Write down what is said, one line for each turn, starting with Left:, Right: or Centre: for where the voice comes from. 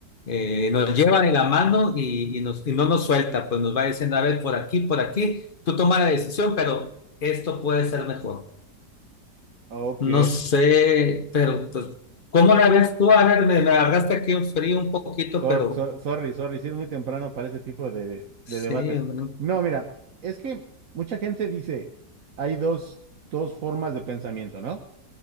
Left: eh, nos lleva de la mano y, y nos, y no nos suelta, pues nos va diciendo, a ver, por aquí, por aquí, tú toma la decisión, pero esto puede ser mejor.
Right: ok,
Left: No sé, pero pues, ¿cómo la ves tú? A ver, me, me agarraste aquí un frío un poquito,
Right: Sor-
Left: pero
Right: so- sorry, sorry, sí es muy temprano para ese tipo de,
Left: sí,
Right: de debates.
Left: mm,
Right: No, mira, es que mucha gente dice, hay dos, dos formas de pensamiento, ¿no?